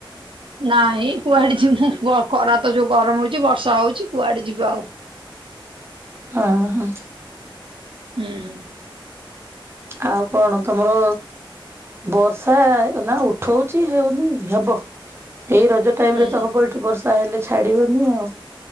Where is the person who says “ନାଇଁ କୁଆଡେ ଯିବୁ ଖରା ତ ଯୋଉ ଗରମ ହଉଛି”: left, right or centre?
Right